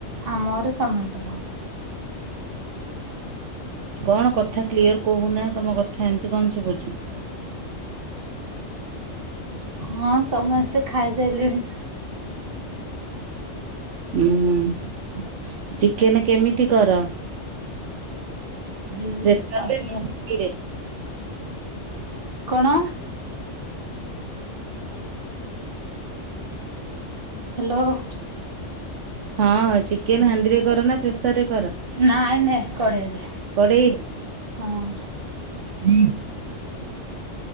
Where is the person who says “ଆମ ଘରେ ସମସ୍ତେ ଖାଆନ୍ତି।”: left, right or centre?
Right